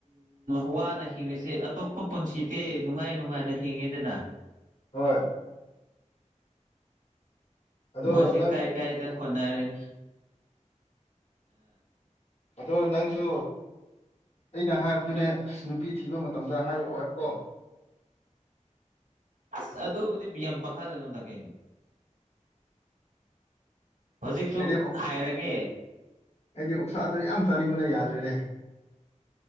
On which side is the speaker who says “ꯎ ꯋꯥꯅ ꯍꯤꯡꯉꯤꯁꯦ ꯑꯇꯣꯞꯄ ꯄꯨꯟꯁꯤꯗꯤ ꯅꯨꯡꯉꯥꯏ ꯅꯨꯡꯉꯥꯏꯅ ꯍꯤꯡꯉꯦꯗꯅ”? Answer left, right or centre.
Right